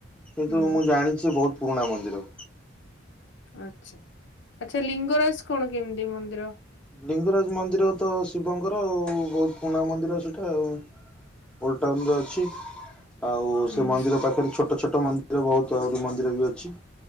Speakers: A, in the centre; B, on the left (about 60°).
A: କିନ୍ତୁ
B: ହୁଁ
A: ମୁଁ ଜାଣିଛି ସେ ବହୁତ ପୁରୁଣା ମନ୍ଦିର।
B: ଆଛା, ଆଛା ଲିଙ୍ଗରାଜ କଣ କେମିତି ମନ୍ଦିର?
A: ଲିଙ୍ଗରାଜ ମନ୍ଦିର ତ ଶିବଙ୍କର ଆଉ, ବହୁତ ପୁରୁଣା ମନ୍ଦିର ସେଇଟା ଆଉ। ଓଲଡ ଟାଉନରେ ଅଛି, ଆଉ
B: ହୁଁ
A: ସେ ମନ୍ଦିର ପାଖରେ ଛୋଟ ଛୋଟ ମନ୍ଦିର, ବହୁତ ଆହୁରି ମନ୍ଦିର ବି ଅଛି।